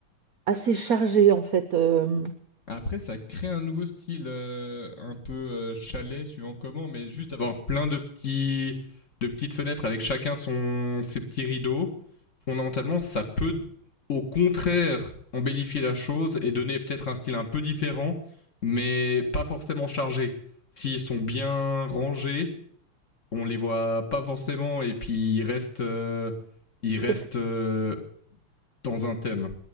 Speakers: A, on the right; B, on the left.
A: assez chargé en fait. euh,
B: Après, ça crée un nouveau style, euh, un peu euh, chalet, suivant comment, mais juste avoir plein de petits, de petites fenêtres avec chacun son, ses petits rideaux. Fondamentalement, ça peut, au contraire, embellifier la chose et donner peut-être un style un peu différent, mais pas forcément chargé. S'ils sont bien rangés, on les voit pas forcément et puis ils restent, euh, ils restent
A: parce que
B: euh, dans un thème.